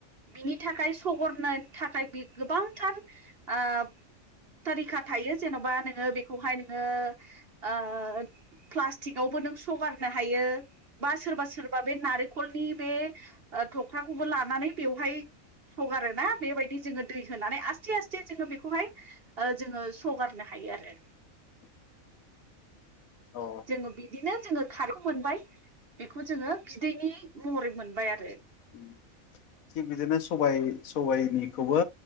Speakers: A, on the right; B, on the left.
A: बिनि थाखाय सगरनो थाखाय बि गोबांथार ओ थारिखा थायो जेन'बा नोङो बेखौहाय नोङो ओ प्लास्टिकावबो नों सगारनो हायो बा सोरबा -सोरबा बे नारेंखलनि बे थख्राखौबो लानानै बेवहाय सगारो ना बेबायदि जोङो दै होनानै आस्थे-आस्थे जोङो बेखौहाय ओ जोङो सगारनो हायो आरो।
B: <unintelligible> अ
A: जोङो बिदिनो जोङो खारै मोनबाय। बेखौ जोङो बिदैनि महरै मोनबाय आरो।
B: उम। थिग बिदिनो सबाइ -सबाइनिखौबो